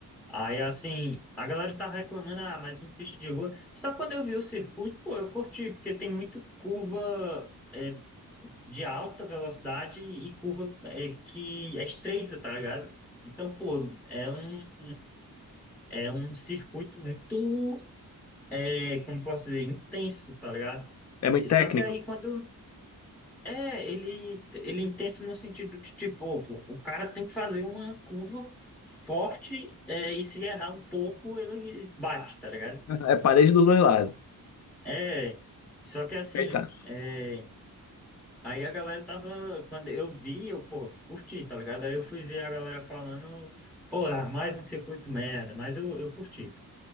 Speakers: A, in the centre; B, on the left (about 45°).
A: Aí assim, a galera tá reclamando, ah, mas uma pista de rua. Só que quando eu vi o circuito, pô, eu curti, porque tem muita curva é, de alta velocidade e curva é, que é estreita, tá ligado? Então, pô, é um, é um circuito muito, é, como posso dizer, intenso, tá ligado?
B: É muito
A: E
B: técnico.
A: Só que aí quando É, ele, ele é intenso no sentido de, tipo, o o cara tem que fazer uma curva forte, é, e se errar um pouco, ele bate, tá ligado?
B: É parede dos dois lados.
A: É, só que assim,
B: Aí tá.
A: é, aí a galera tava, quando eu vi, eu, pô, curti, tá ligado? Aí eu fui ver a galera falando, pô, ah, mais um circuito merda, mas eu, eu curti.